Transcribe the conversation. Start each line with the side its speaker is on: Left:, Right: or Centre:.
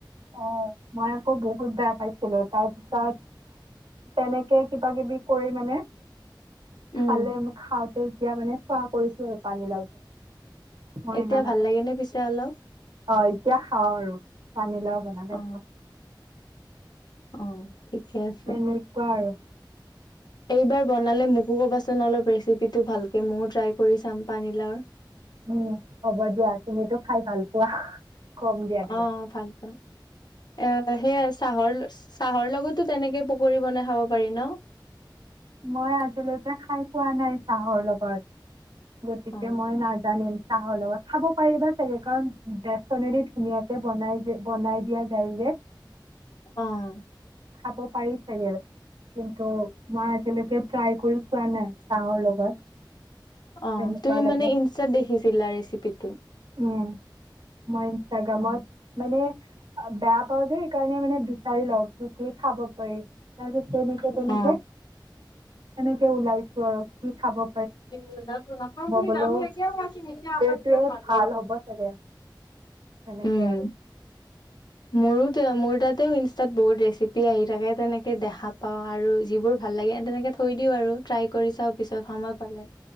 Right: অ', মই আকৌ বহুত বেয়া পাইছিলোঁ। তাৰপিছত তেনেকে কিবা-কিবি কৰি মানে
Left: উম
Right: খালেনো খাওঁতে এতিয়া মানে খোৱা কৰিছোঁ আৰু পানীলাওটো। মই
Left: এতিয়া
Right: ইমান
Left: ভাল
Right: এটা
Left: লাগে নে পিছে অলপ?
Right: অ' এতিয়া খাওঁ আৰু। পানীলাও বনালে
Left: অ
Right: খাওঁ।
Left: অ'। ঠিকে আছে
Right: সেনেকুৱা আৰু
Left: এইবাৰ বনালে মোকো ক'বাচোন। অলপ ৰেচিপিটো ভালকে ময়ো ট্ৰাই কৰি চাম, পানীলাওৰ।
Right: উম, হ'ব দিয়া। তুমিতো খাই ভাল পোৱা। কম দিয়া তোমাক
Left: অ' ভাল পাওঁ । এ- সেই আৰু চাহৰ ল চাহৰ লগতো তেনেকে পকৰি বনাই খাব পাৰি ন'?
Right: মই আজিলৈকে খাই পোৱা নাই চাহৰ লগত। গতিকে
Left: অ
Right: মই নাজানিম। চাহৰ লগত খাব পাৰিবা চাগে । কাৰণ বেচনেদি ধুনীয়াকে বনাই যে- বনাই দিয়া যায় যে।
Left: অ'।
Right: খাব পাৰি চাগে, কিন্তু মই আজিলৈকে ট্ৰাই কৰিো পোৱানাই চাহৰ লগত।
Left: অ
Right: কেনেকুৱা
Left: তুমি
Right: লাগে
Left: মানে ইনষ্টাত দেখিছ চিলা ৰেচিপিটো?
Right: উম। মই ইনষ্টাগ্ৰামত,
Left: অ
Right: মানে বেয়া পাও যে সেইকাৰণে মানে বিচাৰি লও কি-কি খাব পাৰি। তাৰপিছত তেনেকে-তেনেকে-তেনেকে
Left: অ
Right: ওলাইছ আৰু কি খাব
Left: <unintelligible>
Right: মই বোলো এইটোৱে ভাল হ'ব চাগে? সেনেকে
Left: উম
Right: আৰু।
Left: মোৰো টো, মোৰ তাতেও ইষ্টাট বহুত ৰেচিপি আহি থাকে, তেনেকে দেখা পাওঁ আৰু যি বোৰ ভাল লাগে এ তেনেকে থৈ দিওঁ আৰু, ট্ৰাই কৰী চাও পিছত সময় পালে।